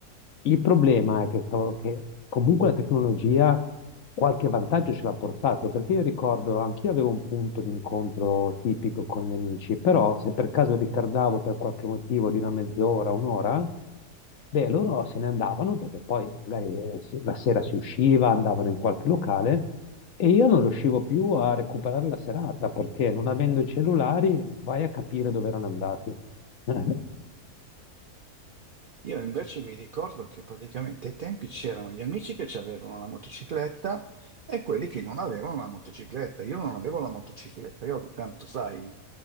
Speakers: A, on the left; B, on the right.
A: il problema è che, stavo- che comunque la tecnologia qualche vantaggio ce l'ha portato, perché io ricordo, anch'io avevo un punto d'incontro tipico con gli amici, però se per caso ritardavo per qualche motivo di una mezz'ora, un'ora, Beh, loro se ne andavano perché poi magari eh, si- la sera si usciva, andavano in qualche locale e io non riuscivo più a recuperare la serata perché non avendo i cellulari vai a capire dove erano andati. <laughs>
B: Io invece mi ricordo che praticamente ai tempi c'erano gli amici che ci avevano la motocicletta e quelli che non avevano la motocicletta. Io non avevo la motocicletta, io soltanto, sai,